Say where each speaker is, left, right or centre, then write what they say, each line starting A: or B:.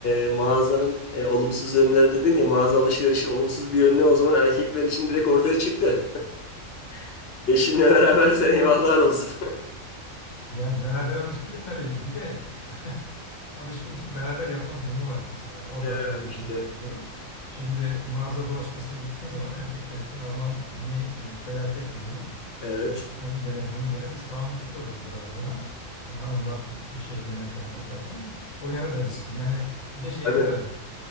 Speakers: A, on the left (about 60°); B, on the left (about 80°).
A: e, mağazanın e, olumsuz yönleri dedin ya mağaza alışverişin olumsuz bir yönü o zaman erkekler için direkt ortaya çıktı. <laughs> Eşinle berabersen eyvahlar olsun. <laughs>
B: yani beraber alış bir de tabii bir de <laughs> alışverişi beraber yapma durumu var mesela. O
A: Yani
B: da ayrı
A: işte
B: bir durum. Şimdi mağaza dolaşmasına gittiğin zaman erkekler için aman ne e, felaket bir durum.
A: evet.
B: E, İşte onu dene bunu dene biz tahammülsüz oluyoruz biraz daha. E, Hanımlar bir şey denerken bakarken o yana da riskli. Yani bir de şeye
A: Tabii.
B: karar vermek.